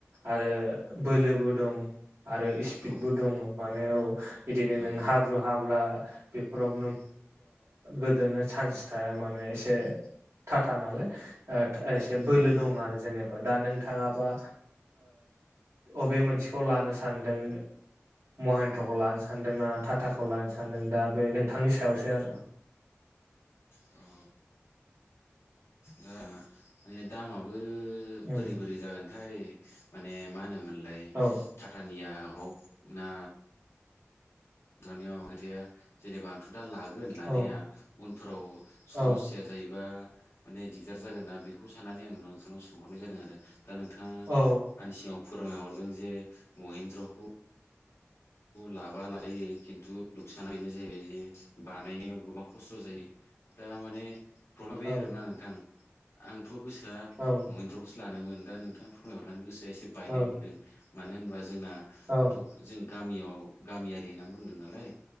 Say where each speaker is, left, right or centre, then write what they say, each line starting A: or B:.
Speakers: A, on the right (about 70°); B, on the left (about 70°).
A: आरो बोलोबो दं। आरो स्पिडबो
B: औ
A: दङ माने औ बिदिनो
B: ओं
A: नों हाब्रु हाला। बेफोरावबो नों गोदोनो चान्स थाया माने एसे। टा टा नालाय एसे बोलो
B: औ
A: दं आरो जेनेबा। दा नोंथाङाबा। अबे मोनसेखौ लानो सानदों महेन्द्रखौ लानो सानदोंना टाटाखौ लानो सानदों। दा बे नोंथांनि सायावसो आरो।
B: अ। दा बे दामाबो
A: उम
B: बोरै बोरै जागोनथाय। माने मा होनोमोनलाय
A: औ
B: थाथानिया हक ना। दुनियायाव खोथाया जेनेबा आंथ' दा लागोन लानाया
A: औ
B: उनफोराव।
A: औ
B: समस्या जाहैबा। माने दिगदार जागोनना बेखौ साननानै आं नोंथांनाव सोंहरनाय जादों आरो। दा नोंथाङा
A: औ
B: आंनि सिगाङाव फोरमायहरदों जे महिन्द्रखौ। लाबा लायो खिन्थु नुकसाना बेनो जाहैबाय जे बानायनायाव गोबां। खस्थ' जायो दा माने प्रब्लेमा बे
A: औ
B: आरोना नोंथां आं। थ' गोसोआ
A: औ
B: महिन्द्रखौसो लानोमोन दा नोंथाङा फोरमायहरनानै गोसोआ एसे बायनाय
A: औ
B: मोन्दों। मानो होनबा जोंना
A: औ
B: आंथ' जों गामियाव गामियारि होनना बुंदों नालाय।